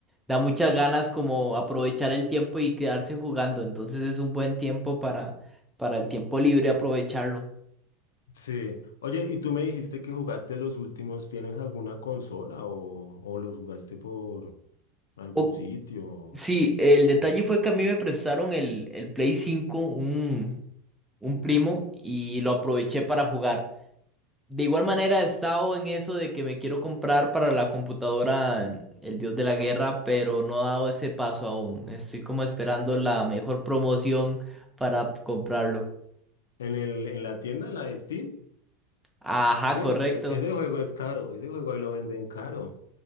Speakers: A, in the centre; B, on the left.
A: da muchas ganas como aprovechar el tiempo y quedarse jugando. Entonces es un buen tiempo para, para el tiempo libre aprovecharlo.
B: Sí. Oye, y tú me dijiste que jugaste los últimos, ¿tienes alguna consola o, o los jugaste por algún
A: O,
B: sitio?
A: sí, el detalle fue que a mí me prestaron el, el Play cinco un, un
B: Uf.
A: primo, y lo aproveché para jugar. De igual manera he estado en eso de que me quiero comprar para la computadora mm, El Dios de la Guerra, pero no he dado ese paso aún. Estoy como esperando la mejor promoción para comprarlo.
B: En el, en la tienda, en la de Steam,
A: Ajá,
B: ese,
A: correcto.
B: e- ese juego es caro, ese juego ahí lo venden caro.